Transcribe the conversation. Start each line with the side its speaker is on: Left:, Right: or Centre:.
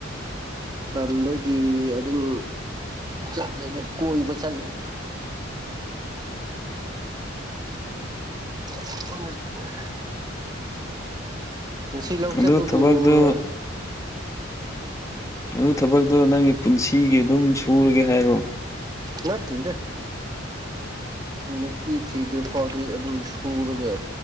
Right: ꯇꯜꯕꯒꯤ ꯑꯗꯨꯝ ꯆꯠꯂꯤꯅꯤ ꯀꯣꯏꯕ ꯆꯠꯂꯤꯅꯤ <unintelligible> ꯉꯁꯤ ꯂꯧ ꯆꯠꯄꯕꯨ
Left: ꯑꯗꯨ ꯊꯕꯛꯇꯣ
Right: ꯅꯨꯡꯉꯥ
Left: ꯑꯗꯨ ꯊꯕꯛꯇꯣ ꯅꯪꯒꯤ ꯄꯨꯟꯁꯤꯒꯤ ꯑꯗꯨꯝ ꯁꯨꯔꯒꯦ ꯍꯥꯏꯔꯣ
Right: ꯅꯠꯇꯦꯗ ꯅꯨꯄꯤ ꯊ꯭ꯔꯤꯗ꯭ꯔꯤ ꯐꯥꯎꯗꯤ ꯑꯗꯨꯝ ꯁꯨꯔꯒ